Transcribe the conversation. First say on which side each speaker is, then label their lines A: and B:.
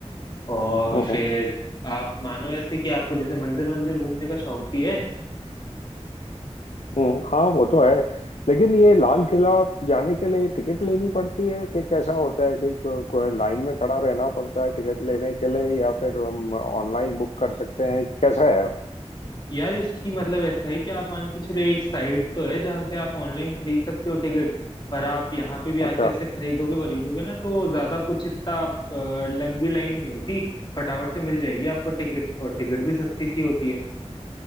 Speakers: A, on the left; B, on the left.
A: और
B: हम्म
A: फिर
B: हम्म,
A: आप मानो ऐसे कि आपको जैसे मंदिर वंदिर घूमने का शौक भी है
B: हम्म, हाँ वो तो है लेकिन ये लाल किला जाने के लिए टिकट लेनी पड़ती है कि कैसा होता है कि को, कोई लाइन में खड़ा रहना पड़ता है टिकट लेने के लिए या फिर हम ऑनलाइन बुक कर सकते हैं कि कैसा है
A: यार इसकी मतलब ऐसा है कि आप मान के चलो एक साइट तो है जहाँ से आप ऑनलाइन खरीद सकते हो टिकट पर आप यहाँ पे भी
B: अच्छा
A: आके ऐसे खरीदोगे वरीदोगे ना तो ज्यादा कुछ इतना आप, अ, लंबी लाइन नहीं होती फटाफट से मिल जाएगी आपको टिकट और टिकट भी सस्ती सी होती है